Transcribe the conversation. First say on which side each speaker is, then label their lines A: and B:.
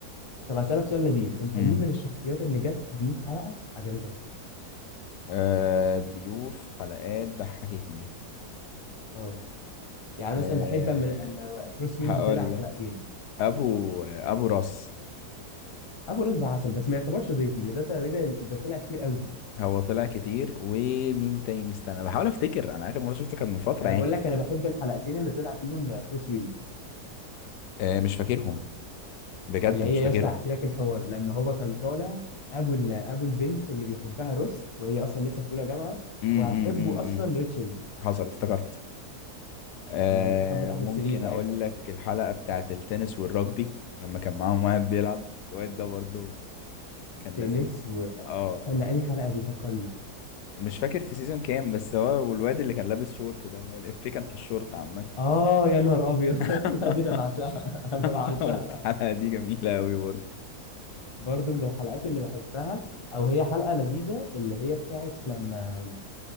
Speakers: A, on the left (about 45°); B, on the left (about 80°).
A: طب هسالك سؤال لذيذ انت
B: امم
A: مين من الشخصيات اللي جت ضيوف حلقه عجبتك
B: آه ضيوف حلقات ضحكتني
A: اه يعني
B: آه
A: مثلا بحب اما اما بروس ويلز
B: هقول
A: طلع حلقتين
B: لك ابو آه، ابو راس
A: ابو رز ده عسل بس ما يعتبرش ضيف لان ده تقريبا ده طلع كتير قوي
B: هو طلع كتير ومين تاني استنى بحاول افتكر انا اخر مره شفته كان من فتره
A: انا
B: يعني
A: بقول لك انا بحب الحلقتين اللي طلع فيهم بروس ويلز
B: آه مش فاكرهم بجد
A: اللي هي
B: مش
A: يا
B: فاكرهم
A: اسطى هحكي لك الحوار لما هو كان طالع ابو ال- ابو البنت اللي بيحبها روس وهي اصلا لسه في اولى جامعه
B: امم
A: وهتحبه اصلا ريتشل
B: حصل افتكرت آه
A: لما هيستخبى تحت
B: ممكن
A: السرير ساعتها
B: اقول لك الحلقه بتاعت التنس والرجبي لما كان معاهم واحد بيلعب الواد ده برضه كان
A: تنس
B: لذيذ
A: و
B: اه آه.
A: استنى انهي حلقه دي فكرني
B: مش فاكر في سيزون كام بس هو والواد اللي كان لابس شورت ده اللي هو الإفيه كان في الشورت عامة
A: اه يا نهار ابيض <laughs>
B: <laughs>
A: الحلقه دي انا بعشقها <laughs> انا بعشقها
B: الحلقة دي جميلة أوي برضه
A: برضو من الحلقات اللي بحبها او هي حلقه لذيذه اللي هي بتاعت لما